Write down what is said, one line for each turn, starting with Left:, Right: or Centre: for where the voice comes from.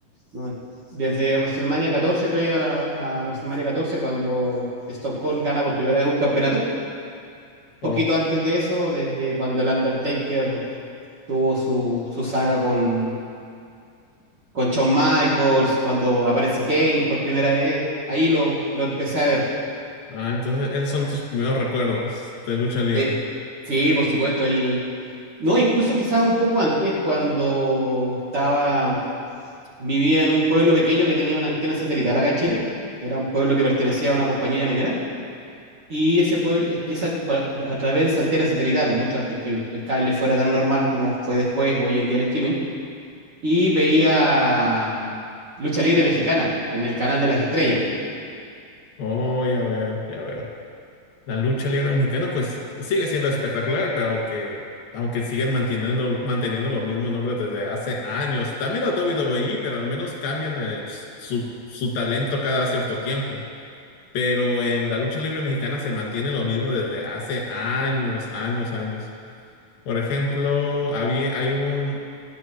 Right: no, desde WrestleMania catorce, previo a, la- a WrestleMania catorce cuando Stone Cold gana por primera vez un campeonato. Poquito
Left: Oh,
Right: antes de eso, desde cuando el Undertaker tuvo su, su saga con, con Shawn Michaels, cuando aparece Kane por primera vez, ahí lo, lo empecé a ver.
Left: ah, entonces esos son tus primeros recuerdos de lucha libre.
Right: De, sí, por supuesto. El, no, incluso quizás un poco antes, cuando estaba, vivía en un pueblo pequeño que tenía una antena satelital acá en Chile. Era un pueblo que pertenecía a una compañía minera. Y ese pueblo, y esa, a través de esa antena satelital, mucho antes que el cable fuera tan normal como fue después, hoy en día el streaming, y veía Lucha Libre Mexicana en el canal de las estrellas.
Left: Oh, ya veo, ya veo. La lucha libre mexicana, pues sigue siendo espectacular, pero aunque, aunque siguen manteniendo, manteniendo los mismos nombres desde hace años. También la WWE, pero al menos cambian eh, su, su talento cada cierto tiempo. Pero en la lucha libre mexicana se mantiene lo mismo desde hace años, años, años. Por ejemplo, había, hay un,